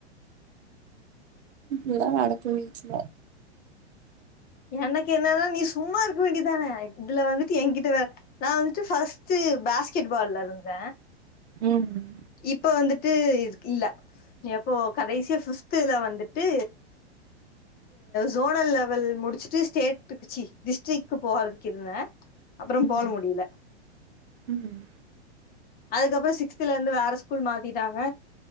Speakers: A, on the right; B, on the left.
A: எல்லா நடக்கு வீட்ல
B: எனக்கு என்னன்னா நீ சும்மா இருக்க வேண்டிதான இதுல வந்துட்டு என்கிட்ட வேற நா வந்துட்டு ஃபஸ்ட் டு பேஸ்கெட் பால்ல இருந்த
A: ம்
B: இப்ப வந்துட்டு இது இல்ல எப்போ கடைசிய ஃபிப்த்துல வந்துட்டு சோனல் லெவல் முடிச்சுட்டு ஸ்டேட்டுக்கு சி டிஸ்ட்டிக்கு போறதுக்கு இருந்த அப்புறம்
A: ம்,
B: போக முடியல
A: ம், ம்,
B: அதுக்கபற சிக்ஸ்துல இருந் து வந்து வேற ஸ்கூல் மாத்திட்டாங்க